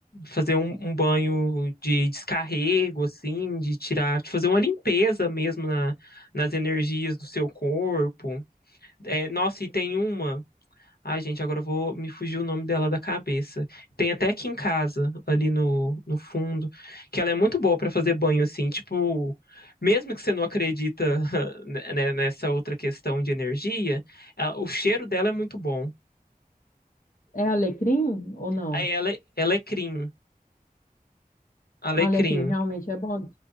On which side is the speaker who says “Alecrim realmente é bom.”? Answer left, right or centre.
Left